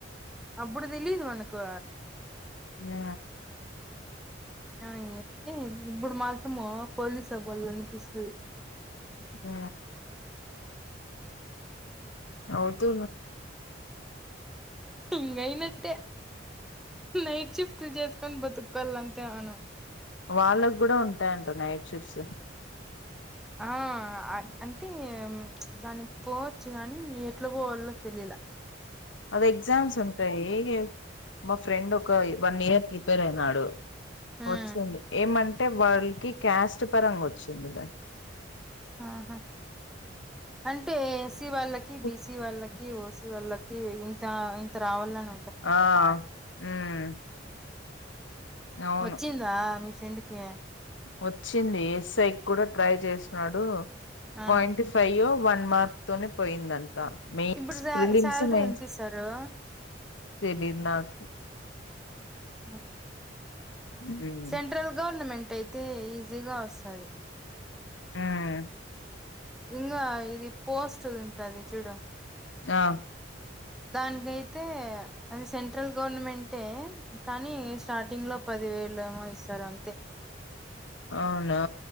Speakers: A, in the centre; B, on the left.
A: అప్పుడు తెలియదు అనకు
B: ఆ
A: ఆ ఏమి ఇప్పుడు మాత్రము పోలీస్ స వాడులన్న తీసుకుది
B: ఆ వుతు
A: ఇకాయినట్టే నైట్ షిఫట్ బట్లు చేసుకొని బతుకుకాల అంతే అనం
B: వాళ్ళకి కూడా ఉంటాయంట నైట్ చిప్స్
A: ఆ అంటే దానికి పోవచ్చు కాగానీ ఎట్లా పోవాలో తెలియదు <inaudible>
B: అది ఎగ్జామ్స్ ఉంటాయి మా ఫ్రెండ్ ఒక వన్ ఇయర్ ప్రిపేర్ అయినాడు
A: ఉమ్
B: వచ్చింది ఏమంటే వాళ్ల్డ్ కి క్యాస్ట్ పరంగా వచ్చిందిదడి
A: ఆహా అంటే ఎస్సిీ వాళ్ళకి
B: ఉమ్
A: బిసి వాళ్ళకి ఓ వాళ్ళకి ఇంత ఇంత్రావాలని.
B: ఆ ఊమ్మ్. అవును.
A: వచ్చిందా మీ ఫ్రెండ్ కి
B: వచ్చింది ఎస్ఐ కూడా ట్రై చేసినడు,
A: ఆ
B: పాయిట్ ఫైయొ. వన్ మార్త్ తోనే పోయిందంటా మెయిన్స్,
A: ఇప్పుడు శా
B: ఫ్రిలిమ్స్,
A: శాలరీ
B: మెయిన్స్‌.
A: ఎంత ఇస్తారు
B: తెలిదు నాకు.
A: ఆ.
B: ఉమ్ ఉమ్,
A: సెంట్రల్ గవర్నమెంట్ అయితే ఈజీగా వస్సది.
B: ఊహ్మ్.
A: ఇంగా ఇది పోస్టుదుంటది చూడు.
B: న్హా.
A: దాన్కైతే అది సెంట్రల్ గవర్నమెంటే, కానీ స్టార్టింగ్ లో పది. ది వేళెమో ఇస్తారంతే.
B: అవునా.